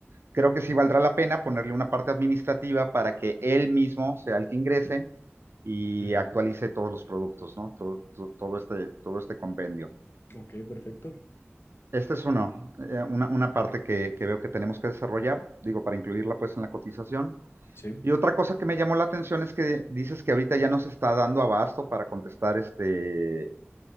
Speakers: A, on the right; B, on the left.
A: creo que sí valdrá la pena ponerle una parte administrativa para que él mismo sea el que ingrese y
B: Ujú.
A: actualice todos los productos, ¿no? Todo, todo- todo este, todo este compendio.
B: Ok, perfecto.
A: Este es uno, eh, una, una parte que, que veo que tenemos que desarrollar, digo, para incluirla pues en la cotización.
B: Sí.
A: Y otra cosa que me llamó la atención es que dices que ahorita ya no se está dando abasto para contestar este